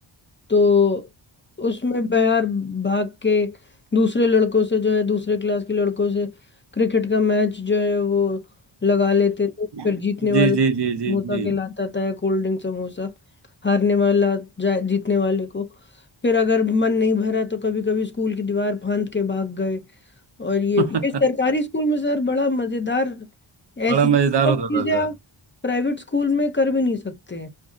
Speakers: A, on the left; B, on the right.
A: तो उसमें मैं यार भाग के दूसरे लड़कों से जो है दूसरे क्लास के लड़कों से क्रिकेट का मैच जो है वो लगा लेते थे फिर
B: <laughs>
A: जीतने वाला
B: जी जी जी जी
A: समोसा
B: जी
A: खिलाता था कोल्ड ड्रिंक समोसा हारने वाला जा जीतने वाले को फिर अगर मन नहीं भरा तो कभी कभी स्कूल की दीवार फांद के भाग गए और ये
B: <laughs>
A: ये सरकारी स्कूल में सर बड़ा मजेदार ऐसी
B: बड़ा मजेदार
A: सब
B: होता
A: चीजें
B: था
A: आप प्राइवेट स्कूल में कर भी नहीं सकते हैं